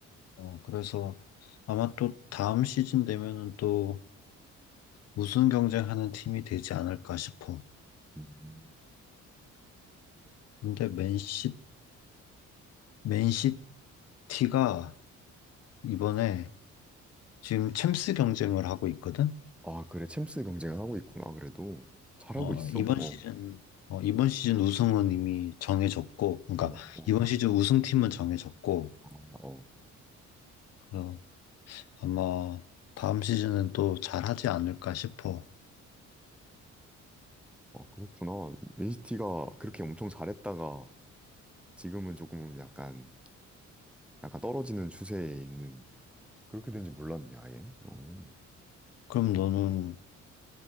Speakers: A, on the left; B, in the centre.
A: 어 그래서 아마 또 다음 시즌 되면은 또 우승 경쟁하는 팀이 되지 않을까 싶어.
B: 음.
A: 근데 맨시 맨시티가 이번에 지금 챔스 경쟁을 하고 있거든.
B: 아, 그래. 챔스 경쟁을 하고 있구나. 그래도 잘하고
A: 어,
B: 있어?
A: 이번
B: 어,
A: 시즌, 어, 이번 시즌 우승은 이미 정해졌고, 그러니까
B: 어, 어,
A: 이번 시즌 우승팀은 정해졌고,
B: 아, 어,
A: 그 아마 다음 시즌은 또 잘하지 않을까 싶어.
B: 어, 그렇구나. 맨시티가 그렇게 엄청 잘했다가 지금은 조금 약간, 약간 떨어지는 추세에 있는 그렇게 된지 몰랐네, 아예. 어,
A: 그럼 너는